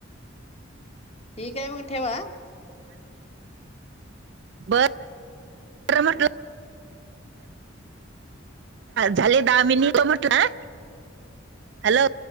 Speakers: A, on the left; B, on the right.
A: ठीक आहे मग ठेवा.
B: बर. तर म्हट झाले दहा मिनिट म्हटलं हॅलो